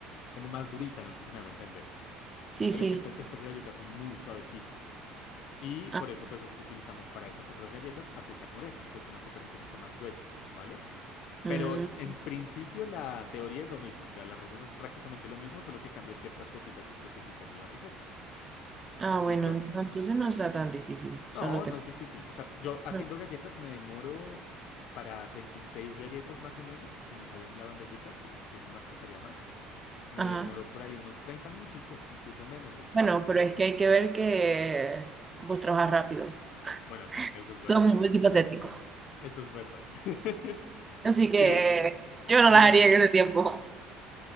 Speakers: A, on the left; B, on the right.
A: como más durita, no sé si me hago entender,
B: Sí,
A: ¿vale?
B: sí.
A: Estas, estas galletas son muy suavecitas. Y
B: Ah,
A: por eso pues es que utilizamos para esas otras galletas azúcar morena, que es un azúcar un poquito más gruesa, ¿vale? Pero
B: mm.
A: en principio la teoría es lo mismo, o sea, la receta es prácticamente lo mismo, solo que cambia ciertas cositas específicas de la receta.
B: Ah,
A: ¿Listo?
B: bueno, no, entonces no está tan difícil,
A: No,
B: solo que...
A: no es difícil. O sea, yo haciendo
B: no.
A: galletas me demoro para 26 galletas más o menos, que me salen en la bandejita, si me copiesen más pues haría más. Me
B: Ajá.
A: demoro por ahí unos 30 minuticos, incluso menos yo creo.
B: Bueno, pero es que hay que ver que vos trabajas rápido.
A: Bueno, sí,
B: <laughs>
A: eso es
B: Son
A: verdad.
B: multifacético
A: Eso es verdad. <laughs>
B: Así que
A: Y ya,
B: yo
A: digamos.
B: no las haría en ese tiempo.